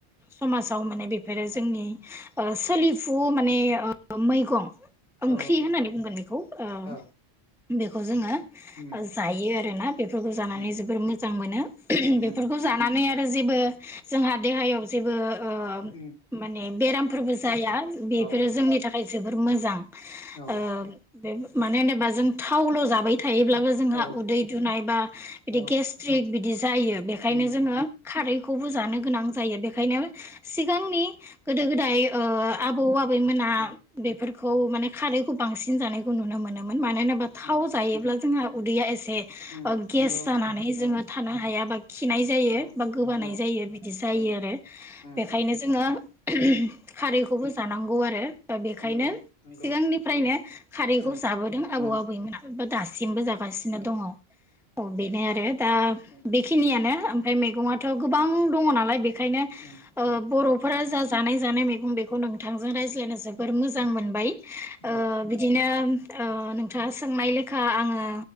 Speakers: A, in the centre; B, on the left.
A: समाजाव माने बेफोरो जोंनि ओ सोलिफु
B: औ
A: माने ओ मैगं
B: औ
A: ओंख्रि होननानै बुंगोन बेखौ ओ
B: औ
A: बेखौ जोङो
B: उम
A: ओ जायो ना खौ जानानै
B: उम
A: जोबोर मोजां मोनो
B: उम
A: बेफोरखौ जानानै आरो जेबो जोंहा देहायाव जेबो ओ
B: उम
A: माने बेरामफोरबो जाया बेफोरो
B: औ नंगौ
A: जोंनि थाखाय जोब बोर मोजां
B: औ
A: ओ बेबु मानो होनोबा जों थावल जाबाय थायोब्लाबो जोंहा
B: औ
A: उदै दुनाय बा बिदि
B: औ
A: गेसट्रिक बि गेस जायो बेखायनो
B: उम
A: जोङो
B: उम
A: खारैखौबो जानो गोनां जायो बे ओंखायनो सिगांनि गोदो गोदाय ओ आबौ आबैमोना
B: उम
A: बेफोर खौ माने खारैखौ बांसिन जानायखौ नुनो मोनोमोन मानो होनोबा थाव
B: उम
A: जायोब्ला जोंहा उदैया एसे
B: उम
A: ओं गेस
B: नंगौ
A: जानानै जोङो
B: औ
A: थानो हायाबा खिनाय जायो
B: औ
A: बा गोबानाय
B: औ
A: जायो बिदि जायो
B: औ
A: आरो
B: उम
A: बेखायनो
B: उम
A: जोङो <inaudible> खारैखौबो जानांगौ गुवारे दा बेखायनो
B: नंगौ नंगौ
A: सिगांनिफ्रायनो खारैखौ
B: औ
A: जाबोदों
B: औ
A: आबौ आबैमोना बा दासिमबो जागासिनो
B: औ
A: दङ औ बेनो आरो दा
B: औ
A: बेखिनिया आनो उमफ्राय मैगङाथ
B: औ
A: गोबां दङ ना <unintelligible> बेखायनो
B: औ
A: ओ बरफोरा जा जानाय जानाय मैगं बेखौ नोंथांजों रायज्लायनो जोबोर मोजां मोनबाय
B: औ
A: ओ बिदिनो ओ नोंथाङा सो सोंनाय लेखा आङो